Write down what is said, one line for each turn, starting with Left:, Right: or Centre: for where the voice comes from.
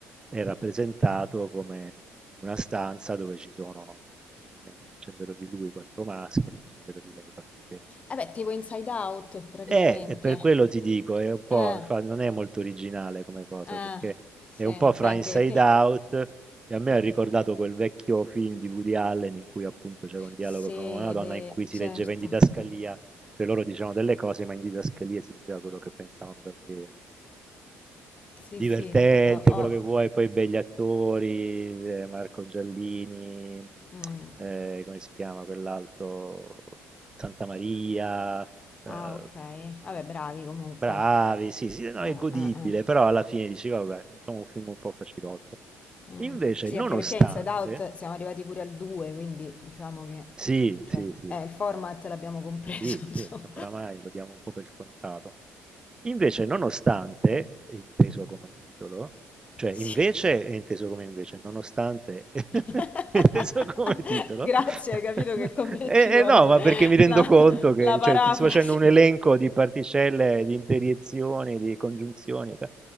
Right: è rappresentato come una stanza dove ci sono, ovviamente nel cervello di lui, quattro maschi e nel cervello di lei quattro femmine.
Left: Eh beh, tipo Inside Out praticamente.
Right: Eh, e per quello ti dico, è un po',
Left: Eh,
Right: infa- non è molto originale come cosa,
Left: eh,
Right: perché
Left: sì,
Right: è un po' fra
Left: beh, anche
Right: Inside
Left: perché.
Right: Out e a me ha ricordato quel vecchio film di Woody Allen in cui appunto c'era un dialogo
Left: Sede,
Right: fra un uomo e una donna in cui si
Left: certo.
Right: leggeva in didascalia, cioè loro dicevano delle cose, ma in didascalia si diceva quello che pensavano davvero.
Left: Sì,
Right: Divertente,
Left: sì. eh, ho-
Right: quello che vuoi, poi begli attori, eh, Marco Giallini,
Left: mm.
Right: eh, come si chiama quell'altro? Santa Maria, eh,
Left: Ah, ok. Vabbè, bravi comunque.
Right: bravi, sì, sì, no,
Left: Ah,
Right: è godibile,
Left: ah, ah.
Right: però alla fine dici, vabbè, insomma, un film un po' facilotto.
Left: Mm.
Right: Invece,
Left: Sì,
Right: nonostante,
Left: anche perché Inside Out siamo arrivati pure al 2, quindi diciamo che.
Right: sì,
Left: Cioè,
Right: sì, sì,
Left: eh,
Right: fra
Left: il format
Right: l'altro.
Left: l'abbiamo compreso,
Right: Sì,
Left: <laughs> insomma.
Right: sì, insomma, oramai lo diamo un po' per scontato. Invece, nonostante, è inteso come titolo, cioè
Left: Sì.
Right: invece è inteso come invece, nonostante <laughs>
Left: <laughs>
Right: è inteso come titolo,
Left: Grazie, hai
Right: <laughs>
Left: capito che con me
Right: e,
Left: ci vuole
Right: e no, ma perché mi rendo
Left: la,
Right: conto che
Left: la
Right: cioè,
Left: parafrasi.
Right: ti sto facendo un elenco di particelle, di interiezioni, di congiunzioni ca-